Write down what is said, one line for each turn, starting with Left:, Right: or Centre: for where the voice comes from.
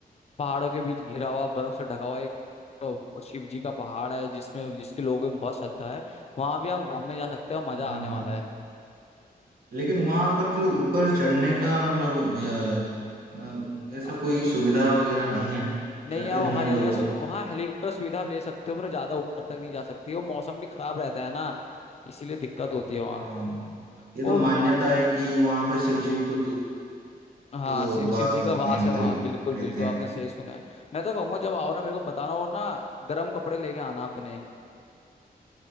Left: पहाड़ों के बीच घिरा हुआ बर्फ से ढका हुआ एक तो शिव जी का पहाड़ है जिसमें जिसके लोगों में बहुत श्रद्धा है वहां भी हम घूमने जा सकते हैं और मजा
Right: हाँ
Left: आने
Right: हाँ
Left: वाला
Right: हाँ। लेकिन वहां पर तो ऊपर चढ़ने का मतलब अ, अ, ऐसा
Left: है
Right: कोई सुविधा वगैरह नहीं है
Left: नहीं
Right: चढ़ते
Left: यार
Right: नहीं
Left: वहाँ
Right: है
Left: जाने
Right: लोग
Left: का वहाँ हेलीकॉप्टर सुविधा आप ले सकते हो पर ज्यादा ऊपर तक नहीं जा सकती वो मौसम भी खराब रहता है ना इसीलिए दिक्कत होती है वहाँ
Right: हाँ ये
Left: वो
Right: तो मान्यता है कि वहां पे शिव जी खुद
Left: हाँ
Right: तो
Left: शिव शिव
Right: वास
Left: जी का
Right: करते
Left: वास
Right: हैं
Left: है
Right: उधर
Left: वहाँ
Right: ही
Left: बिल्कुल बिल्कुल
Right: रहते हैं
Left: आपने सही सुना है मैं तो कहूंगा जब आओ ना मेरे को बताना और ना गर्म कपड़े लेके आना अपने